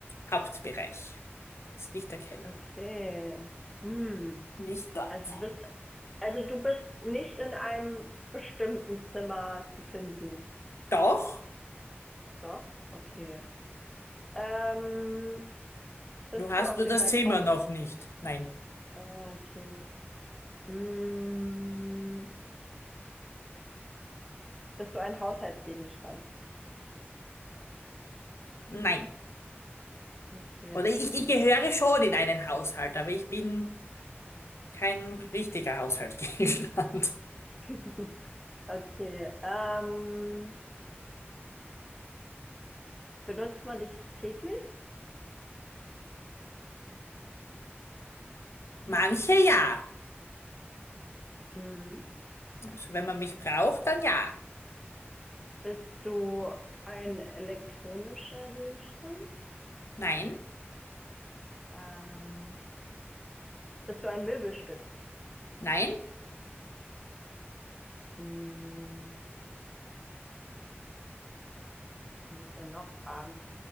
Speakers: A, on the left; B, in the centre.
A: Hauptbereich. Ist nicht der Keller.
B: Okay. Hm.
A: Nicht dort.
B: Also du bist, also du bist nicht in einem bestimmten Zimmer zu finden.
A: Doch,
B: Doch? Okay. Ähm, bist
A: du hast
B: du auf
A: nur
B: dem
A: das
B: Balkon?
A: Zimmer noch nicht. Nein,
B: Ah, okay. Hm. Bist du ein Haushaltsgegenstand?
A: nein.
B: Okay.
A: Oder ich, ich gehöre schon in einen Haushalt, aber ich bin kein richtiger Haushaltsgegenstand.
B: <laughs> Okay. Ähm, benutzt man dich täglich?
A: <laughs> Manche ja.
B: Hm.
A: Also wenn man mich braucht, dann ja.
B: Bist du ein elektronischer Gegenstand?
A: Nein,
B: Ähm, bist du ein Möbelstück?
A: nein,
B: Hm, kann ich dann noch fragen?